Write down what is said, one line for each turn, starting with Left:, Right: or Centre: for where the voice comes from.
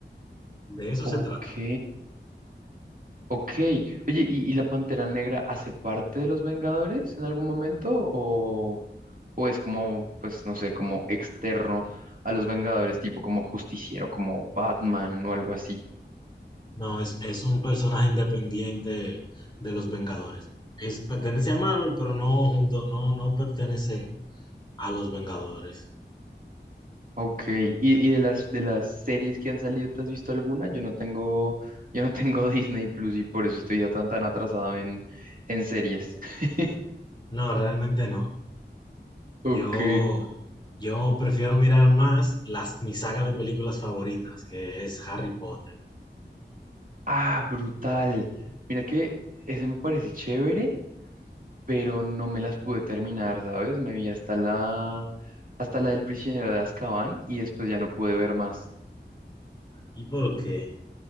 Left: De eso
Right: Ok.
Left: se trata.
Right: Ok, oye, ¿y, y la Pantera Negra hace parte de los Vengadores en algún momento? ¿O, o es como, pues no sé, como externo a los Vengadores, tipo como Justiciero, como Batman o algo así?
Left: No, es, es un personaje independiente de los Vengadores. Es, pertenece a Marvel, pero no junto, no, no pertenece a los Vengadores.
Right: Ok, ¿y, y de las, de las series que han salido, ¿te has visto alguna? Yo no tengo, yo no tengo <laughs> Disney Plus y por eso estoy ya tan, tan atrasado en, en series. <laughs>
Left: No, realmente no. Yo,
Right: Ok.
Left: yo prefiero mirar más las, mi saga de películas favoritas, que es Harry Potter.
Right: Ah, brutal. Mira que ese me parece chévere. pero no me las pude terminar, ¿sabes? Me vi hasta la, hasta la del prisionero de Azkaban y después ya no pude ver más.
Left: ¿Y por qué?